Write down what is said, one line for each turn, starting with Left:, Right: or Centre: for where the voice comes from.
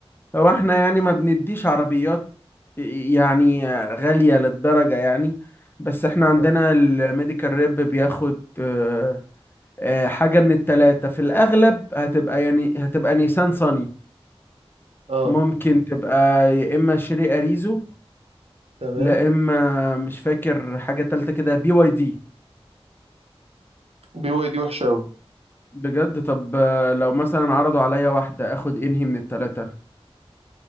Left: هو احنا يعني ما بنديش عربيات يعني غالية للدرجة يعني بس احنا عندنا
Right: اه,
Left: الميديكال ريب بياخد آه، آه، حاجة من التلاتة في الأغلب هتبقى يعني هتبقى نيسان صني
Right: آه.
Left: ممكن تبقى يا إما شيري أريزو
Right: تمام
Left: لا إما مش فاكر حاجة تالتة كده بي واي دي
Right: بي واي دي وحشة أوي
Left: بجد طب آه، لو مثلا عرضوا عليا واحدة اخد انهي من التلاتة